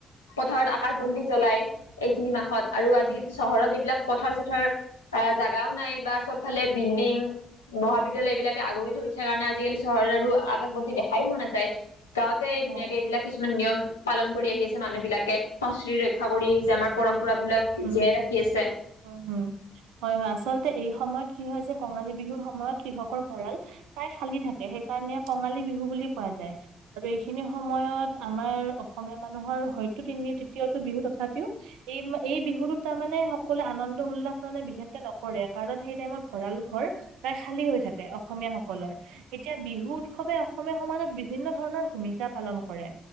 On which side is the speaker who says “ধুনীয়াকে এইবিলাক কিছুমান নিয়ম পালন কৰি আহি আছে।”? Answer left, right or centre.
Left